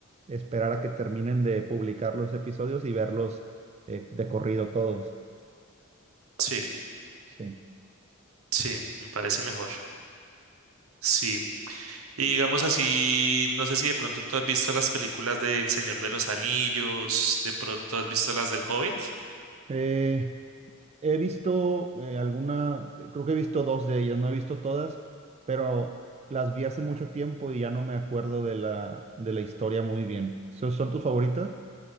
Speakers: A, on the right (about 30°); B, on the right (about 85°).
A: esperar a que terminen de publicar los episodios y verlos eh, de corrido todos.
B: Sí,
A: Sí.
B: sí, me parece mejor. Sí. Y digamos así, no sé si de pronto tú has visto las películas de El Señor de los Anillos, de pronto has visto las del Hobbit.
A: Eh, he visto eh, alguna, eh, creo que he visto dos de ellas, no he visto todas, pero las vi hace mucho tiempo y ya no me acuerdo de la, de la historia muy bien. ¿So- ¿Son tus favoritas?